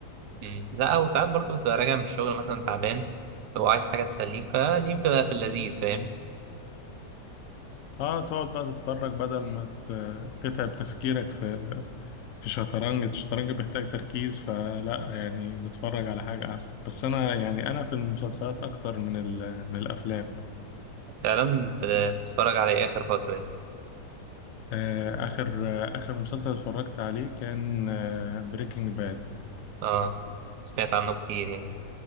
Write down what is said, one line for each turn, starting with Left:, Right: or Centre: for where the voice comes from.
Right: مم. لا وساعات برضو بتبقى راجع من الشغل مثلا تعبان وعايز حاجة تسليك فدي بتبقى في اللذيذ فاهم
Left: اه تقعد بقى تتفرج بدل ما ت- تتعب تفكيرك في في شطرنج الشطرنج بيحتاج تركيز فلا يعني نتفرج على حاجة أحسن بس أنا يعني أنا في المسلسلات أكتر من ال- من الأفلام
Right: فعلا بت- بتتفرج على إيه آخر فترة دي
Left: آه، آخر آه، آخر مسلسل اتفرجت عليه كان بريكنج باد
Right: اه سمعت عنه كتير يعني